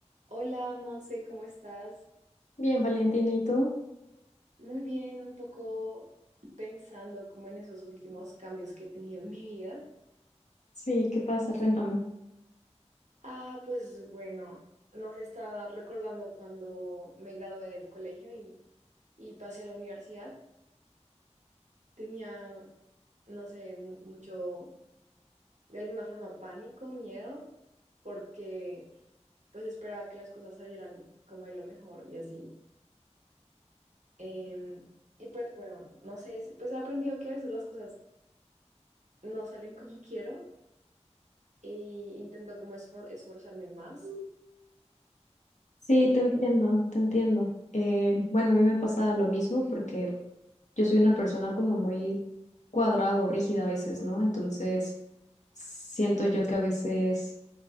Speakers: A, on the right; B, on the left.
A: Hola, Monse, ¿cómo estás?
B: Bien, Valentina, ¿y tú?
A: Muy bien, un poco pensando como en esos últimos cambios que he tenido en mi vida.
B: Sí, ¿qué pasa? Cuéntame.
A: Ah, pues bueno, no se está recordando cuando me gradué del colegio y, y pasé a la universidad. Tenía, no sé, mu- mucho, de alguna forma, pánico, miedo, porque pues esperaba que las cosas salieran como de lo mejor y así. Em, y pues bueno, no sé, si- pues he aprendido que a veces las cosas no salen como <laughs> quiero y intento como esfor- esforzarme más.
B: Sí,
A: Eh,
B: te entiendo, te entiendo. Eh, bueno, a mí me pasa lo mismo porque yo soy una persona como muy cuadrada o rígida a veces, ¿no? Entonces,
A: sí,
B: siento yo que a veces